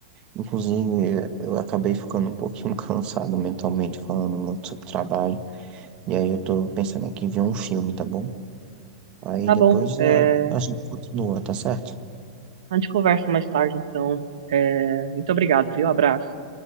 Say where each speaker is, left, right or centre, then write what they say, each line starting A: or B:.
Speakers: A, on the right; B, on the right.
A: Inclusive, eu acabei ficando um pouquinho cansado mentalmente falando muito sobre trabalho. E aí eu tô pensando aqui em ver um filme, tá bom? Aí
B: Tá
A: depois
B: bom, é,
A: a, a gente continua, tá certo?
B: a gente conversa mais tarde, então. É, muito obrigado, viu? Abraço.